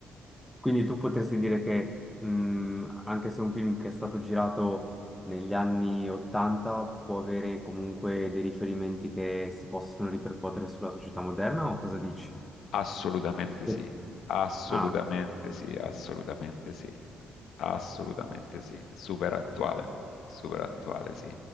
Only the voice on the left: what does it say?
Assolutamente
sì, assolutamente
sì, assolutamente sì, assolutamente
sì, super attuale, super attuale sì.